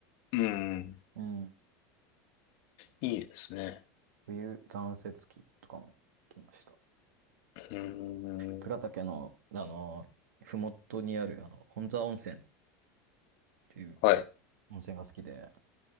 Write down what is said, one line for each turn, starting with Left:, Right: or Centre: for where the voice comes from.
Left: うん、
Right: うん。
Left: いいですね。
Right: 冬残雪期とかも来ました。
Left: うん、
Right: 八ヶ岳の、あの、ふもとにある、あの、本沢温泉っていう
Left: はい。
Right: 温泉が好きで、